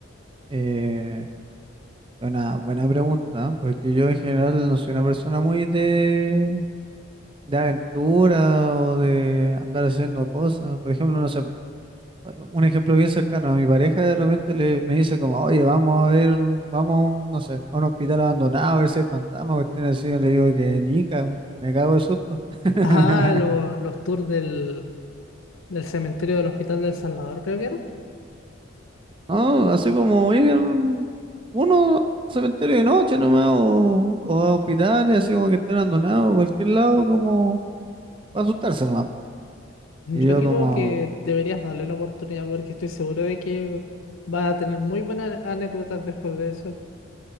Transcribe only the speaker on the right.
Eh, es una buena pregunta, ¿eh? porque yo en general no soy una persona muy de, de aventura o de andar haciendo cosas. Por ejemplo, no sé, un ejemplo bien cercano, a mi pareja de repente le, me dice como, oye, vamos a ver, vamos a un, no sé, a un hospital abandonado a ver si hay fantasma, cuestiones así, y le digo que nica, me cago de susto. <laughs>
No, así como ir uno al cementerio de noche nomás o, o a hospitales, así como que estén abandonados, cualquier lado como para asustarse nomás.
Y yo
como